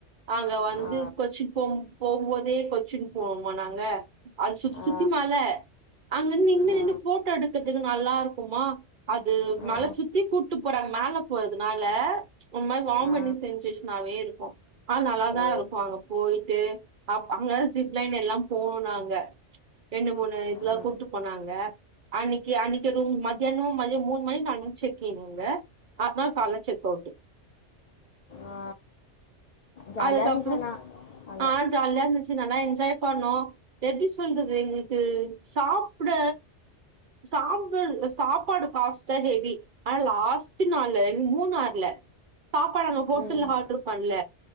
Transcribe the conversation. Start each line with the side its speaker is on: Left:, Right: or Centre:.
Right: அங்க வந்து
Left: ஆ
Right: கொச்சின் போ போகுபோதே கொச்சின் போனமா நாங்க அது சுத்தி
Left: ஆ,
Right: சுத்தி மல அங்க நின்னு
Left: ஆ,
Right: நின்னு போட்டோ எடுக்றதுக்கு நல்லாருக்குமா அது
Left: ஆ,
Right: மல சுத்தி கூட்டு போறாங் மேல போறதுனால ஒ மாரி வாம்மிடிங்
Left: ஆ,
Right: சென் சேசனாவே இருக்கு ஆ நல்லாதா
Left: ஓ
Right: இருக்கு அங்க போயிட்டு அப் அங்க ஜிப் லைன் எல்லா போனோ நாங்க ரெண்டு மூணு இதெல்லா
Left: ஆ,
Right: கூட்டு போனாங்க அன்னிக்கு அன்னிக்கு ரூம் மத்யானோ மூணு மணி நாலு மணிக் செக்கிங் அங்க அட்த நாள் கால்ல செக் அவுட்டு
Left: ஆ ஜாலிய
Right: அதுக்கப்புறம்
Left: இருந்துச்சு ஆனா அங்க
Right: ஆ ஜாலியா இருந்துச்சு நல்லா என்ஜாய் பண்ணோ எப்டி சொல்றது எங்களுக்கு சாப்பிட சாம்பல் சாப்பாடு காஸ்டா ஹெவி ஆனா லாஸ்ட் நாள மூணாரு சாப்பாடு அங்க ஹோட்டல்ல
Left: ம்
Right: ஆடரு பண்ல